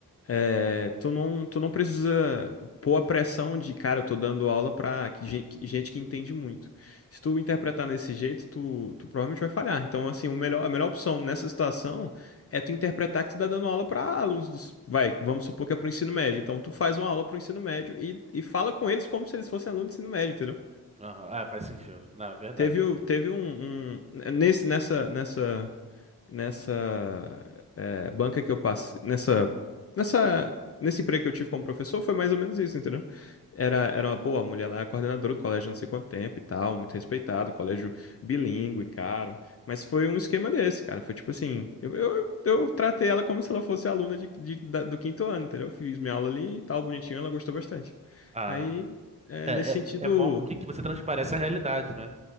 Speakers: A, on the left (about 40°); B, on the right (about 15°).
A: É, tu não, tu não precisa pôr a pressão de, cara, eu tô dando aula pra que gen- que- gente que entende muito. Se tu interpretar nesse jeito, tu, tu provavelmente vai falhar. Então, assim, o melhor,
B: ah,
A: a melhor opção nessa situação é tu interpretar que tu tá dando aula pra alunos dos, vai, vamos supor que é pro ensino médio. Então, tu faz uma aula pro ensino médio e, e fala com eles como se eles fossem alunos do ensino médio, entendeu?
B: aham, é, faz sentido, na verdade.
A: Teve, o- teve um, um- nesse, nessa, nessa nessa é, banca que eu passei, nessa, nessa, nesse emprego que eu tive como professor, foi mais ou menos isso, entendeu? Era, era uma, pô, a mulher lá é coordenadora do colégio há não sei quanto tempo e tal, muito respeitado, colégio bilíngue, caro, mas foi um esquema desse, cara, foi tipo assim, eu, eu, eu tratei ela como se ela fosse aluna de, de- da- do quinto ano, entendeu? Fiz minha aula ali e tal, bonitinho, ela gostou bastante.
B: Ah,
A: Aí, é,
B: é,
A: nesse sentido...
B: é, é bom que, que você transparece a realidade, né?